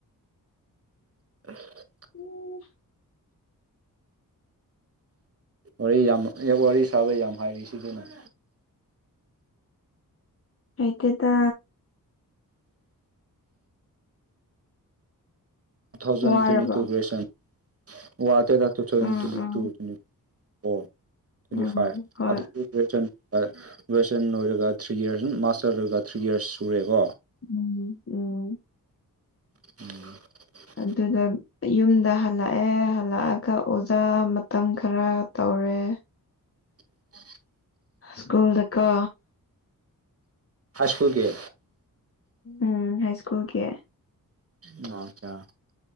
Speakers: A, on the right; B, on the left.
A: <unintelligible>
B: ꯎꯝ
A: ꯋꯥꯔꯤ ꯌꯥꯝ ꯋꯥꯔꯤ ꯁꯥꯕ ꯌꯥꯝ ꯍꯩꯔꯤꯁꯤꯗꯤ ꯅꯪ
B: ꯍꯩꯇꯦꯗꯥ
A: ꯇꯨ ꯊꯥꯎꯖꯟ
B: ꯋꯥꯔꯕꯣ
A: ꯇ꯭ꯋꯦꯟꯇꯤꯇꯨ ꯒ꯭ꯔꯦꯖ꯭ꯋꯦꯁꯟ ꯋꯥꯗꯦꯗ ꯇꯨ ꯊꯥꯎꯖꯟ
B: ꯎꯝ
A: twenty two
B: ꯎꯝ
A: twenty four twenty
B: ꯎꯝ
A: five
B: ꯍꯣꯏ
A: ꯑꯗꯨ ꯒ꯭ꯔꯦꯖ꯭ꯋꯦꯁꯟ ꯂꯣꯏꯔꯦ ꯂꯣꯏꯁꯟ ꯂꯣꯏꯔꯒ ꯊ꯭ꯔꯤ ꯑꯤꯌꯔꯁ ꯑꯨꯝ ꯃꯥꯁꯇꯔ ꯂꯣꯏꯔꯒ ꯊ꯭ꯔꯤ ꯑꯤꯌꯔꯁ ꯁꯨꯔꯦꯀꯣ
B: ꯎꯝ ꯎꯝ
A: <inaudible>
B: ꯑꯗꯨꯗ ꯌꯨꯝꯗ ꯍꯜꯂꯛꯑꯦ ꯍꯜꯂꯛꯑꯒ ꯑꯣꯖꯥ ꯃꯇꯝ ꯈꯔ ꯇꯧꯔꯦ <inaudible>
A: <inaudible>
B: ꯁ꯭ꯀꯨꯜꯗꯀꯣ
A: ꯍꯥꯏꯁꯀꯨꯜꯒꯤ
B: ꯎꯝ ꯍꯥꯏꯁꯀꯨꯜꯒꯤ
A: <unintelligible>